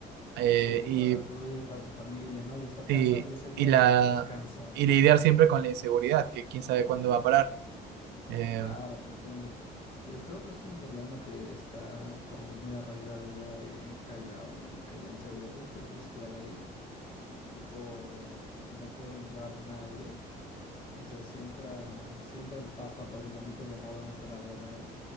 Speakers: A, on the right (about 80°); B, on the left (about 30°).
A: eh,
B: Sí,
A: y,
B: para tú y para tu familia, ¿no? Y estar
A: y,
B: cansado y ese día
A: y la,
B: querer descansar.
A: y lidiar siempre con la inseguridad, que quién sabe cuándo va a parar. Eh,
B: Claro, te entiendo. Eh, creo que es un problema que está como que muy arraigado ya en el Callao, ¿no? Que la inseguridad es pues bestial ahí. Tipo, no puede entrar nadie. O sea, si entra, si entra el Papa, prácticamente le roban hasta la gorra a él.